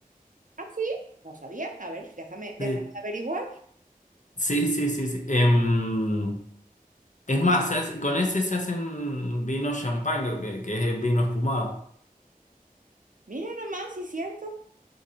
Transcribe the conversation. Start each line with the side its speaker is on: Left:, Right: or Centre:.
Right: Ah, sí, no sabía. A ver, déjame, déjame
Left: Sí,
Right: averiguar.
Left: sí, sí, sí. sí. Em, es más, se hace- con ese se hacen vino champán, creo que, que es vino espumado.
Right: Mira nada más, sí es cierto.